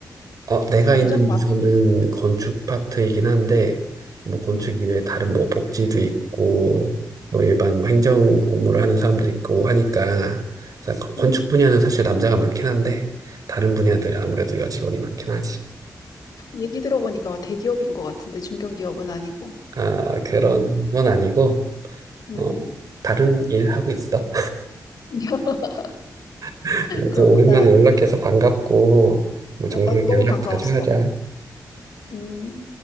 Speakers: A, on the right; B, on the left.
A: 어, 내가
B: 남자
A: 있는
B: 맞,
A: 부서는 건축 파트이긴 한데, 뭐 건축
B: 음,
A: 이외에 다른 뭐 복지도 있고, 뭐 일반 뭐 행정 업무를 하는 사람도 있고 하니까, 그래서 거- 건축
B: 음,
A: 분야는 사실 남자가 많긴 한데, 다른
B: 음.
A: 분야들은 아무래도 여직원이 많긴 하지.
B: 얘기 들어보니까 대기업인 것 같은데 중견기업은 아니고,
A: 아, 그런 건 아니고,
B: 음,
A: 어, 다른 일 하고 있어.
B: <laughs>
A: <laughs> 아무튼
B: 그렇구나.
A: 오랜만에 연락해서 반갑고, 뭐 종종
B: 어, 나도 너무
A: 연락
B: 반가웠어.
A: 자주 하자.
B: 음.